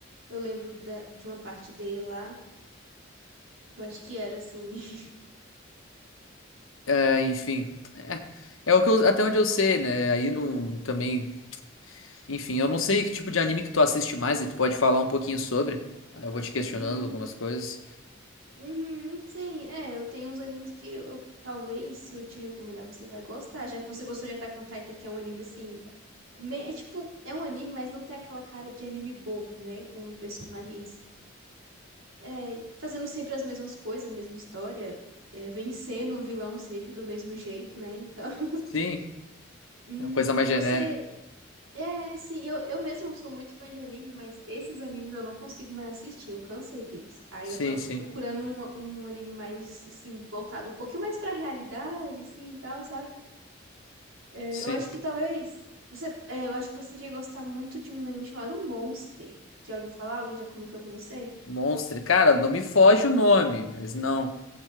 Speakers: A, on the right (about 90°); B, on the left (about 85°).
A: Eu lembro da, de uma parte dele lá. Eu acho que era assim. <laughs>
B: É, enfim. É o que eu- até onde eu sei, né? Aí no, também. Enfim, eu não sei que tipo de anime que tu assiste mais, aí tu pode falar um pouquinho sobre. Aí eu vou te questionando
A: Hum.
B: algumas coisas.
A: Uhum. Sim, é, eu tenho uns animes que eu eu- talvez se eu te recomendar você vai gostar, já que você gostou de Attack on Titan, que é um anime assim, me- é tipo, é um anime, mas não tem aquela cara de anime bobo, né, com personagens é, fazendo sempre as mesmas coisas, a mesma história, é, vencendo o vilão sempre do mesmo jeito, né? Então, <laughs>
B: Sim,
A: hum,
B: é uma coisa mais genérica.
A: você. É, sim, eu, eu mesmo sou muito fã de anime, mas esses animes eu não consigo mais assistir, eu cansei deles. Aí
B: Sim,
A: eu tô
B: sim,
A: procurando um, um anime mais, assim, voltado um pouquinho mais pra realidade, assim, e tal, sabe? É,
B: sim.
A: eu acho que talvez. Você, é, eu acho que você iria gostar muito de um anime chamado Monster. Já ouviu falar? Alguém já comentou com você?
B: Monster. Cara, não me foge o nome, mas não.